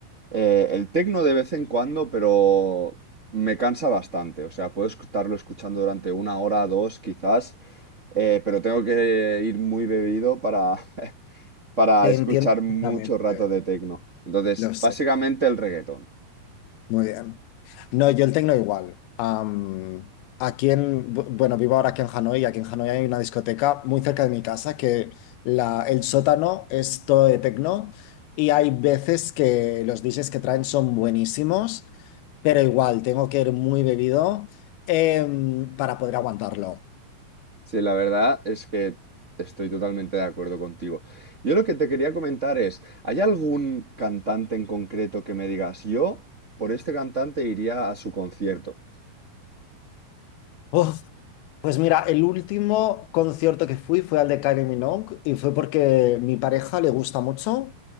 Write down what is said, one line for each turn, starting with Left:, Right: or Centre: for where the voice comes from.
Right: Eh, el tecno de vez en cuando, pero me cansa bastante. O sea, puedo estarlo escuchando durante una hora, dos quizás, eh, pero tengo que ir muy bebido para, <laughs> para
Left: Te
Right: escuchar
Left: entiendo perfectamente,
Right: mucho rato de tecno. Entonces,
Left: lo sé,
Right: básicamente el reggaetón.
Left: muy bien. No, yo el tecno igual. Am, aquí en, bu- bueno, vivo ahora aquí en Hanoi, y aquí en Hanoi hay una discoteca muy cerca de mi casa que la, el sótano es todo de tecno y hay veces que los DJs que traen son buenísimos, pero igual tengo que ir muy bebido em, para poder aguantarlo.
Right: Sí, la verdad es que estoy totalmente de acuerdo contigo. Yo lo que te quería comentar es, ¿hay algún cantante en concreto que me digas, yo por este cantante iría a su concierto?
Left: Uf, Pues mira, el último concierto que fui fue al de Kylie Minogue y fue porque mi pareja le gusta mucho